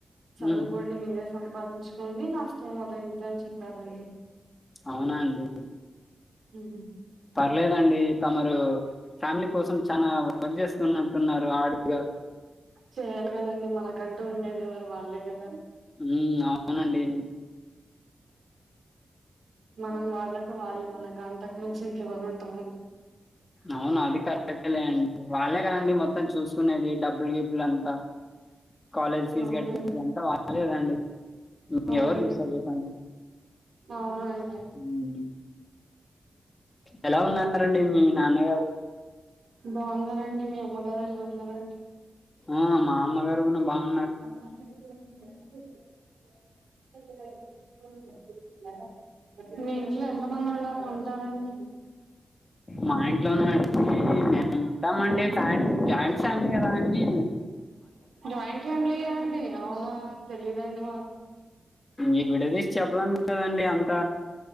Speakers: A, on the right (about 75°); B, on the left (about 30°).
A: చదువుకోం
B: హ్మ్.
A: మీరు సంపాదించుకోండి నాస్తం మతం ఏంత అని చెప్పారండి
B: అవునా అండి
A: ఊహూ
B: పర్లేదండి తమరు ఫ్యామిలీ కోసం చానా వర్క్ చేస్తున్నట్టున్నారు ఆడిగా
A: చేయాలి కదండి మనకంటూ ఉండేది ఎవరు వాళ్ళే కదా!
B: హ్మ్. అవునండి
A: మనం వాళ్ళకు వాళ్ళు మనకు అంతకు మించి ఇంకెవరు ఉంటర్రు.
B: అవును అది కరెక్టే లే అండి వాళ్ళే గా అండి మొత్తం చూసుకునేది డబ్బు గిబ్బులు అంతా కాలేజ్ ఫీజ్
A: అవునండి
B: కట్టేది అంతా అదేదా అండి
A: అవునండి
B: ఎవరు విస్తారు చెప్పండి
A: అవునండి
B: హ్మ్ ఎలా ఉన్నారండి మీ నాన్నగారు
A: బావున్నారండి మీ అమ్మగారు ఎలా ఉన్నారండి?
B: ఆ మా అమ్మ గారు కూడా బావు
A: <inaudible> <inaudible> <unintelligible> ఫోన్లు మీరు తీసుకున్నారా మీ ఇంట్లో ఎంత మంది ఉండ ఉంటారండి?
B: మా ఇంట్లోనా అండి నేను ఉంటామండి ఫ్యామిలీ జాయింట్ ఫ్యామిలీ కదా అని
A: జాయింట్ ఫ్యామిలీ యా అండి అవునా తెలీదండి మాకు
B: ఈ విడదీసి చెప్పలేం కదండి అంత